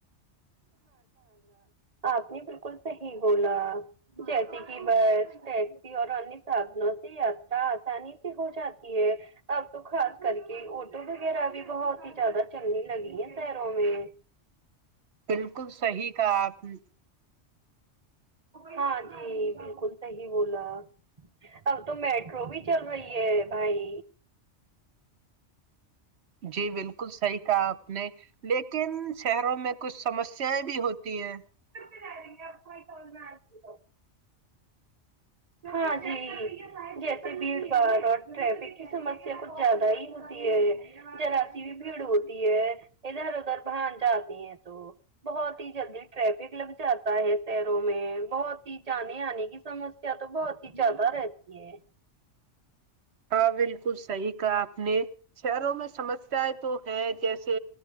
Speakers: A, on the right; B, on the right.
A: آپ نے بالکل صحیح بولا جیسے کہ بس ٹیکسی اور انیہ سادھنوں سے یاتا آسانی سے ہو جاتی ہے اب تو خاص کر کے ٹو وغیرہ بھی بہت ہی زیادہ چلنی لگی ہے <inaudible>
B: بالکل صحیح کہ آپ نے
A: ہاں جی بالکل صحی بولا اب تو میٹرو بھی چل رہی ہے بھائی
B: جی بالکل صحیح کہا آپ نے لیکن شہروں میں کچھ سمسیاائیں بھی ہوتی ہیں
A: ج رہیں گے آپ توول میں آ ہاں جی جیسے بھیڑ بھاڑ اور ٹریفک کی سمسیا کچھ زیادہ ہی ہوتی <inaudible> بھیڑ ہوتی ہے ادھر ادھر بان جاتے ہیں تو <unintelligible> بہت ہی جلدی ٹریفک لگ جاتا ہے شہروں میں بہت <unintelligible> چی جاننے آنے کی سج <unintelligible> یا تو بہت ہی زیادہ رہتی ہے <unintelligible>
B: ہاں بالکل صحیح کہا آپ نے <unintelligible> شہروں میں سمسیایں تو ہیں جیسے